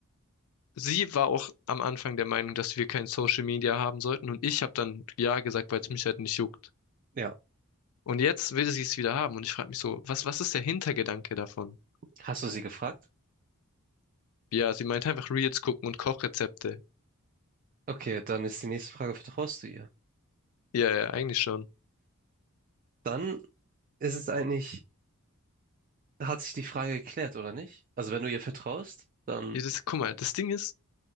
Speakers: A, on the left; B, on the right.
A: sie war auch am Anfang der Meinung, dass wir kein Social Media haben sollten. Und ich habe dann ja gesagt, weil es mich halt nicht juckt.
B: Ja.
A: Und jetzt will sie es wieder haben. Und ich frage mich so, was, was ist der Hintergedanke davon?
B: Hast du sie gefragt?
A: Ja, sie meint einfach Reels gucken und Kochrezepte.
B: Okay, dann ist die nächste Frage, vertraust du ihr?
A: Ja, ja, eigentlich schon.
B: Dann ist es eigentlich, hat sich die Frage geklärt, oder nicht? Also wenn du ihr vertraust, dann,
A: Ja, Das, guck mal, das Ding ist,